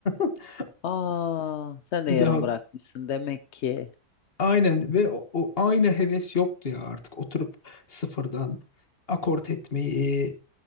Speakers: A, on the left; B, on the left.
A: <laughs>
B: Aa, sen
A: Bir
B: de yarım
A: daha
B: bırakmışsın demek ki.
A: aynen ve o, o aynı heves yoktu ya artık oturup sıfırdan akort etmeyi,